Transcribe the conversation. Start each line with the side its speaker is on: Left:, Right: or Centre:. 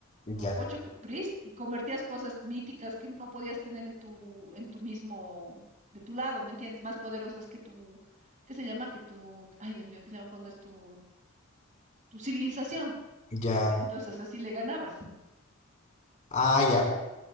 Left: ya,
Right: unos ocho cu- Priest y convertías cosas míticas que no podías tener en tu, en tu mismo, de tu lado, ¿me entiendes? Más poderosas que tu, ¿qué se llama? Que tu, ay Dios mío, ¿qué se llama cuando es tu tu civilización.
Left: ya,
Right: Entonces así le ganabas.
Left: ah,
Right: Interesante.
Left: ya.